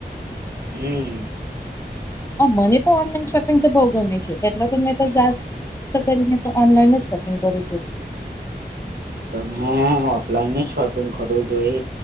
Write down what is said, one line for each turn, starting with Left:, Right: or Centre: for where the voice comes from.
Right: હમ્મ.
Left: હા મને તો ઓનલાઈન શોપિંગ તો બહુ ગમે છે એટલે તો મેં તો જા તો કમ મેં તો ઓનલાઈન જ શોપિંગ કરવી જોએ.
Right: તમે ઓફલાઈન જ શોપિંગ કરવું જોએ.